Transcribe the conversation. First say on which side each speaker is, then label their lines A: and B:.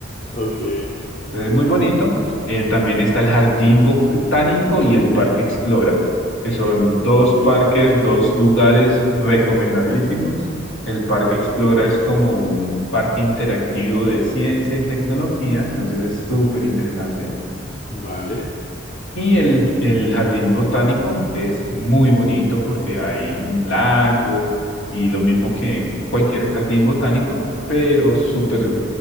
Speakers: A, on the left; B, on the left.
A: Ok,
B: Entonces es muy bonito. Eh, también está el Jardín Botánico y el Parque Explora, que son dos
A: ok,
B: parques, dos lugares recomendadísimos. El Parque Explora es como un parque interactivo de ciencia y tecnología, entonces es súper interesante.
A: vale.
B: Y el, el jardín botánico es muy bonito porque hay un lago y lo mismo que cualquier jardín botánico, pero súper